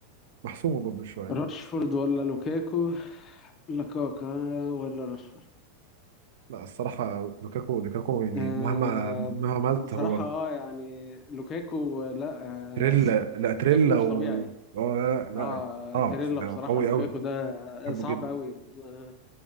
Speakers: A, on the right; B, on the left.
A: محسومة برضه شوية
B: راشفورد
A: يعني
B: ولا لوكاكو لوكاكا ولا راشفورد
A: لا الصراحة لوكاكو لوكاكو يعني
B: آه
A: مهما مهما عملت
B: بصراحة
A: هو
B: اه يعني لوكاكو لا
A: تريل
B: آه <laughs>
A: لا تريل
B: لوكاكو مش
A: و
B: طبيعي
A: اه لا لا
B: اه
A: لا. اه
B: تيريلا
A: بس آه،
B: بصراحة
A: قوي
B: لوكاكو
A: قوي
B: ده
A: بحبه
B: صعب
A: جدا
B: قوي آه